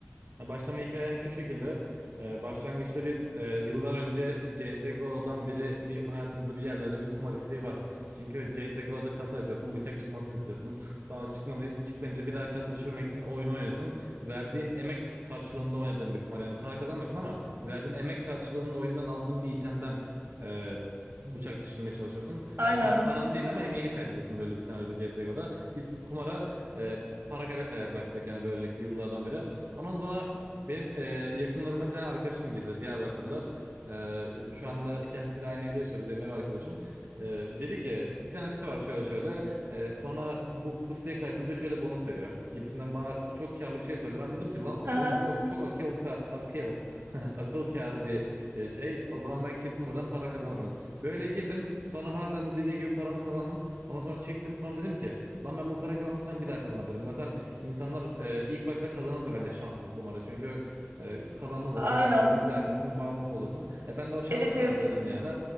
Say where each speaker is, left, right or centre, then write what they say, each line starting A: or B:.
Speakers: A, on the right; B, on the right.
A: Ya Başlama hikayem şu şekilde. Ee, başlangıçta biz e, yıllar önce CSGO'dan beri bir hayatımızda bir yerlerde bir kumar isteği var. Çünkü CSGO'da kasa açıyorsun, bıçak çıkmasını istiyorsun. Sonra çıkmadığın, çıkmayınca bir daha kasa düşürmek için oyunu oynuyorsun. Verdiğin emek karşılığında oynadığın bir kumar. Yani para kazanmıyorsun ama verdiğin emek karşılığında oyundan aldığın bir itemden e, bıçak düşürmeye çalışıyorsun.
B: Aynen.
A: Yani pa- paranı değil ama emeğini kaybediyorsun böyle bir senaryoda CSGO'da. Biz kumara e, para kaybetmeyerek başladık yani böylelikle yıllardan beri. Ondan sonra benim e, yakınlarıma bir tane arkadaşım girdi Diyarbakırlı. E, şu anla kendisiyle aynı evde yaşıyoruz benim ev arkadaşım. E, dedi ki bir tane site var şöyle şöyle. E, sonra bu, bu siteye kaydınca şöyle bonus veriyor gibisinden bana çok karlı bir şey söyledi. Ben dedim ki lan oğlum
B: <laughs>
A: bu çok çok akıl ka- akıl <laughs> akıl kârı bir e, şey. O zaman ben kesin buradan para kazanırım. Böyle girdim. Sonra harbiden de dediği gibi paramı kazandım. Ondan sonra çektim. Sonra dedim ki lan ben bu para kazandıysam bir daha kazanabilirim. Zaten İnsanlar e, ilk başta kazanırsa bence şanssız kumarı. Çünkü e, kazandığın zaman
B: Aynen.
A: bir daha istiyorsun, bir daha istiyorsun, bir bağımlısı oluyorsun. E, ben de o şanssız
B: Evet
A: taraftaydım
B: evet.
A: yani.